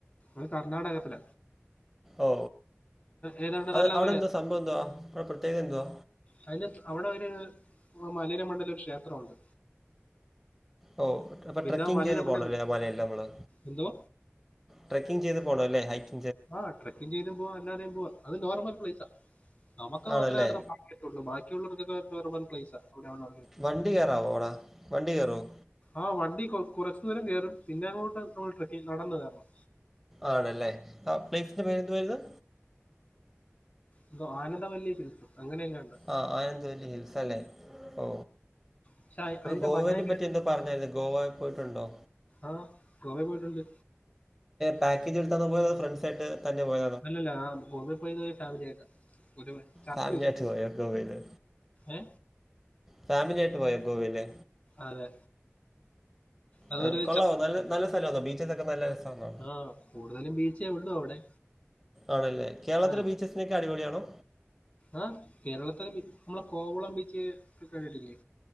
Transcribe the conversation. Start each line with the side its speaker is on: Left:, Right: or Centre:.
Left: ഇത് കർണ്ണാടകത്തില
Centre: ഓ
Left: ഏതാണ്ട്
Centre: അത്
Left: നല്ല
Centre: അവിടെ
Left: പോലെ
Centre: എന്തോ സംഭവം എന്തവാ അവിടെ പ്രത്യേകത ന്താ
Left: അതിന്റെ അവിടെ ഒരു മലേടെ മണ്ടല് ഒരു ക്ഷേത്രമുണ്ട്
Centre: ഓ അപ്പോൾ
Left: പിന്നെ
Centre: ട്രക്കിങ്
Left: ആ മലയിലെ
Centre: ചെയ്ത്
Left: മണ്ടയിൽ
Centre: പോണല്ലേ ആ മലയെല്ലാം നമ്മള്.
Left: എന്തോ
Centre: ട്രക്കിങ് ചെയ്ത് പോണല്ലേ ഹൈറ്റ്
Left: ആഹ ട്രക്കിങ് ചെയ്തും പോവാ അല്ലാതെയും പോവാം അത് നോർമൽ പ്ലേസ ആ നമുക്ക്
Centre: ആണല്ലേ
Left: മാത്രേ അത് റ്റുള്ളൂ ബാക്കിയുള്ളവർക്ക് നോർമൽ പ്ലൈസ് അവിടെള്ള
Centre: വണ്ടി കയറാവോടാ വണ്ടി കയറുവോ
Left: ആഹ് വണ്ടി കുറച്ചു ദൂരം കയറും പിന്നെ അങ്ങോട്ട് നമ്മൾ ട്രക്കിങ്ങ് നടന്നു കയറണം
Centre: ആണല്ലേ ആ പ്ലേസിന്റെ പേരെന്തുവായിരുന്നു
Left: ഇന്തോ ആനന്ദവല്ലി ഹിൽസസ് അങ്ങനെങ്ങാണ്ട്
Centre: ആ ആനന്ദവല്ലി ഹിൽസ് അല്ലേ ഓ
Left: പക്ഷെ അ-
Centre: ഒരു
Left: അതിന്റെ
Centre: ഗോവനെ
Left: ബഡ്ഡയൊക്കെ
Centre: പറ്റി എന്താ പറഞ്ഞായിരുന്നു ഗോവ പോയിട്ടുണ്ടോ
Left: ആഹ ഗോവേ പോയിട്ടുണ്ട്
Centre: പാക്കേജ് എടുത്താ പോയത് അതൊ ഫ്രണ്ട്‌സ് ആയിട്ട് തന്നെ പോയ
Left: അല്ലല്ല ആ ഗോവൽ പോയത് ഫാമിലി ആയിട്ടാ ഒരു ചർച്ചു
Centre: ഫാമിലി
Left: വിസിറ്റ്
Centre: ആയിട്ട്
Left: ചെയ്യ
Centre: പോയോ ഗോവയില്
Left: ഏ
Centre: ഫാമിലിയായിട്ട് പോയ ഗോവയിലെ
Left: അതെ അതൊരു
Centre: ആഹ കൊള്ളാവോ നല്ല നല്ല സ്ഥലോന്നോ ബീച്ചോക്കെ നല്ലരസമാണോ
Left: ആഹ കൂടുതലും ബീച്ചേ ഉള്ളൂ അവിടെ
Centre: ആണല്ലേ കേരളത്തിലെ
Left: ആ
Centre: ബീച്ചസിനേക്കാളും അടിപൊളിയാണോ
Left: ആ കേരളത്തില നമ്മളെ കോവളം ബീച്ച് കണ്ടിട്ടില്ലേ